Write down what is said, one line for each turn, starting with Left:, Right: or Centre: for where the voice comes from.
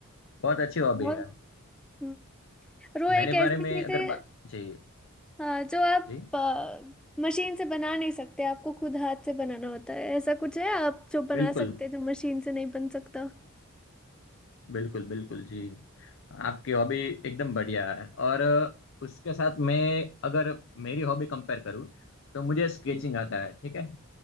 Left: बहुत अच्छी हॉबी
Centre: तो बहुत
Left: है
Centre: हम्म। और वो
Left: मेरे
Centre: एक
Left: बारे
Centre: ऐसी
Left: में
Centre: चीज
Left: अगर
Centre: है
Left: बात जी
Centre: हाँ जो आप
Left: जी
Centre: अ, मशीन से बना नहीं सकते आपको खुद हाथ से बनाना होता है ऐसा कुछ है आप जो बना
Left: बिल्कुल
Centre: सकते हैं जो मशीन से नहीं बन सकता
Left: बिल्कुल बिल्कुल जी आपकी हॉबी एकदम बढ़िया है और अ, उसके साथ मैं अगर मेरी हॉबी कंपेयर करूँ तो मुझे स्केचिंग
Centre: हम्म।
Left: आता है ठीक है